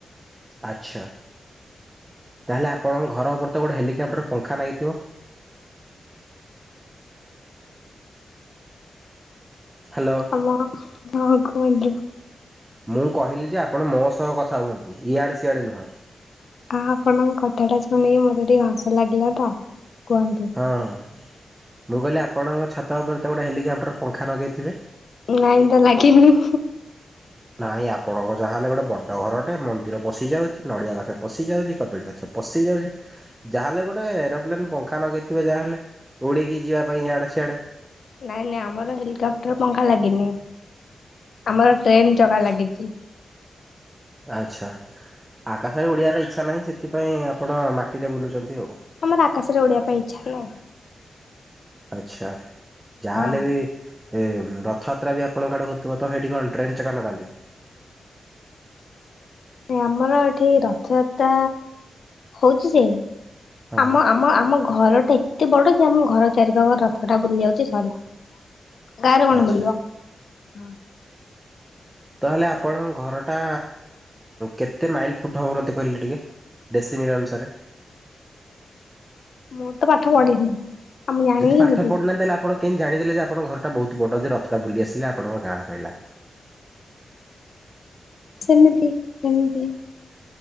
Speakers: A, on the right; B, on the left.
A: ଆଚ୍ଛା। ତାହେଲେ ଆପଣଙ୍କ ଘର ଉପରେ ତ ଗୋଟେ ହେଲିକପ୍ଟର ପଙ୍ଖା ଲାଗିଥିବ? ହ୍ୟାଲୋ।
B: <unintelligible>
A: ମୁଁ କହିଲି ଯେ, ଆପଣ ମୋ ସହ କଥା ହୁଅନ୍ତୁ, ଇଆଡ଼େ ସିଆଡ଼େ ନୁହଁ।
B: ଆ ଆପଣଙ୍କ କଥା ଟା ଶୁଣିକି ମତେ ଟିକେ ହସ ଲାଗିଲା ତ, କୁହନ୍ତୁ।
A: ହଁ ହ, ମୁଁ କହିଲି ଆପଣଙ୍କ ଛାତ ଉପରେ ତ ଗୋଟଏ ହେଲିକପ୍ଟର ପଙ୍ଖା ଲଗାଇଥିବେ।
B: ଲାଇନ ଟା ଲାଗିନି।
A: ନାଇଁ ଆପଣଙ୍କ ଯାହାହେଲେ ଗୋଟେ ବଡ ଘରଟେ ମନ୍ଦିର ପଶି ଯାଉଛି ନଡ଼ିଆ ଗଛ ପଶି ଯାଉଛି, କଦଳୀ ଗଛ ପଶି ଯାଉଛି, ଯାହାହେଲେ ଗୋଟେ ହେଲେ ପଙ୍ଖା ନଗାଇଥିବ ଯାହା ହେଲେ, ଉଡ଼ିକି ଯିବା ପାଇଁ ଆଡ଼େ ସିଆଡ଼େ
B: ନାଇଁ ନାଇଁ ଆମର ହେଲିକପ୍ଟର ପଙ୍ଖା ଲାଗିନି, ଆମର ଟ୍ରେନ ଚକା ଲାଗିଛି।
A: ଆଚ୍ଛା। ଆକାଶରେ ଓଡ଼ିଆର ଇଚ୍ଛା ନାହିଁ, ସେଥିପାଇଁ ଆପଣ ମାଟିରେ ବୁଲୁଛନ୍ତି ଆଉ।
B: ଆମର ଆକାଶରେ ଉଡ଼ିଆ ପାଇଁ ଇଚ୍ଛା ନାହିଁ।
A: ଆଚ୍ଛା ଯାହାଲେ
B: ହଁ
A: ବି ଏ ରଥଯାତ୍ରା ବି ଆପଣଙ୍କ ଆଡେ ହଉଥିବ ତ ସେଇଠି କଣ ଟ୍ରେନ ଚକା ଲଗାନ୍ତି?
B: ନ ଆମର ଏଠି ରଥଯାତ୍ରା ହଉଛି ଯେ
A: ହଁ
B: ଆମ ଆମ ଆମ ଘର ଟା ଏତେ ବଡ ଯେ, ଆମ ଘର ଚାରିପାଖ ରଥ ଟା ବୁଲି ଯାଉଛି ସରିଲା। ଗାଁରେ କଣ
A: ଆଚ୍ଛା
B: ବୁଲିବ? ହଁ
A: ତାହେଲେ ଆପଣଙ୍କ ଘର ଟା କେତେ ମାଇଲ ଫୁଟ ହବ ମତେ କହିଲେ ଟିକେ? ଡେସିମିଲ ଅନୁସାରେ।
B: ମୁଁ ତ ପାଠ ପଢିନି। ଆଉ ମୁଁ ଜାଣିବି
A: ଯଦି ପାଠଢି
B: କେମିତି
A: ନାହାନ୍ତି, ତାହେଲେ ଆପଣ କେନ୍ତି ଜାଣିଲେ ଯେ, ଆପଣ ଘର ଟା ବହୁତ ବଡ଼ ଯେ ରଥଟା ବୁଲିଆସିଲା। ହେଲେ ଆପଣଙ୍କର ନା ପାଇଲା।
B: ସେମିତି ସେମିତି।